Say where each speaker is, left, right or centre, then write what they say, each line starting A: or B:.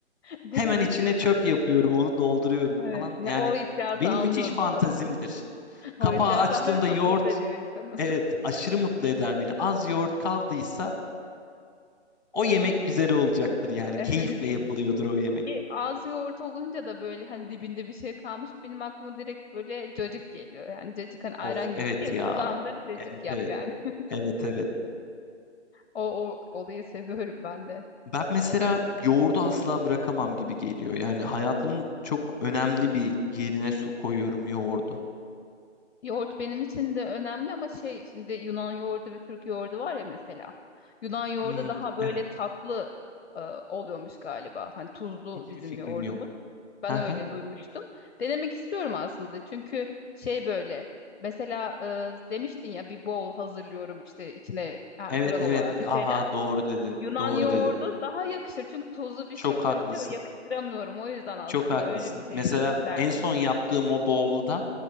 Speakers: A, on the left; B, on the left.
A: Değil
B: Hemen
A: mi?
B: içine çöp yapıyorum, onu dolduruyorum
A: Evet.
B: falan.
A: Ya,
B: Yani
A: o hissiyatı
B: benim
A: anlıyorum.
B: müthiş fantazimdir.
A: O da
B: Kapağı
A: O hissiyatları
B: açtığımda
A: çok
B: yoğurt,
A: mutlu ediyor insanı.
B: evet
A: <laughs>
B: aşırı mutlu eder beni. Az yoğurt kaldıysa o yemek güzel olacaktır yani.
A: Evet.
B: Keyifle yapılıyordur o yemek.
A: Ki az yoğurt olunca da böyle hani dibinde bir şey kalmış. Benim aklıma direkt böyle cacık geliyor. Yani cacık hani ayran
B: Of
A: gibi
B: evet
A: bir şey.
B: ya.
A: Sulandır cacık
B: Evet
A: yap
B: evet.
A: yani. <laughs>
B: Evet evet.
A: O, o olayı seviyorum ben de.
B: Ben mesela yoğurdu asla bırakamam gibi geliyor. Yani hayatımın çok önemli bir yerine so- koyuyorum yoğurdu.
A: Yoğurt benim için de önemli ama şey şimdi Yunan yoğurdu ve Türk yoğurdu var ya mesela. Yunan yoğurdu
B: Hmm,
A: daha böyle
B: evet.
A: tatlı e, oluyormuş galiba. Hani tuzlu
B: Hiçbir
A: bizim
B: fikrim
A: yoğurdumuz.
B: yok.
A: Ben
B: Aha.
A: öyle duymuştum. Denemek istiyorum aslında. Çünkü şey böyle mesela e, demiştin ya bir bowl hazırlıyorum işte içine ha,
B: Evet
A: granolalar
B: evet.
A: bir
B: Aha
A: şeyler.
B: doğru dedin.
A: Yunan
B: Doğru
A: yoğurdu
B: dedin.
A: daha yakışır. Çünkü tuzlu bir
B: Çok
A: şey karışıyor.
B: haklısın.
A: Yakıştıramıyorum. O yüzden aslında
B: Çok haklısın.
A: öyle bir şey
B: Mesela
A: isterdim.
B: en son yaptığım o bowl'da